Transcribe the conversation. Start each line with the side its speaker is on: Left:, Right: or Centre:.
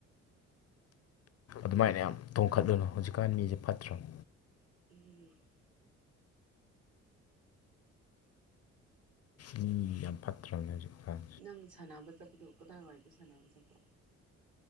Left: ꯑꯗꯨꯃꯥꯏꯅ ꯌꯥꯝ ꯇꯣꯡꯈꯠꯂꯨꯅꯨ ꯍꯧꯖꯤꯛꯀꯥꯟ ꯃꯤꯁꯦ ꯐꯠꯇ꯭ꯔꯕ
Right: <unintelligible>
Left: ꯃꯤ ꯌꯥꯝ ꯐꯇ꯭ꯔꯕꯅꯦ ꯍꯧꯖꯤꯛꯀꯥꯟ
Right: ꯅꯪ ꯁꯥꯟꯅꯕ ꯆꯠꯄꯗꯣ ꯀꯗꯥꯏꯋꯥꯏꯗ ꯁꯥꯟꯅꯕ ꯆꯠꯄ